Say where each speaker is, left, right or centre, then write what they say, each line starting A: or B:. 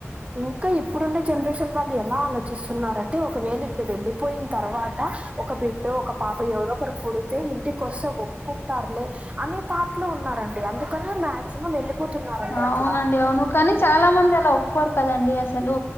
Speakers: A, on the right; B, on the left.
A: ఇంకా ఇప్పుడుండే జనరేషన్ వాళ్ళు ఎలా ఆలోచిస్తున్నారంటే ఒకవేళ ఇప్పుడు వెళ్ళలిపోయిన్ తర్వాత ఒక బిడ్డో ఒక పాపో ఎవరొకరు పుడితే ఇంటికోస్తే ఒప్పుకుంటారులే అనే తాట్లో ఉన్నారండి, అందుకని మాక్సిమం వెళ్ళిపోతున్నారండి
B: అవునండి
A: అట్లా.
B: అవును కానీ చాలా మంది అలా ఒప్పుకోరు కదండి అసలు,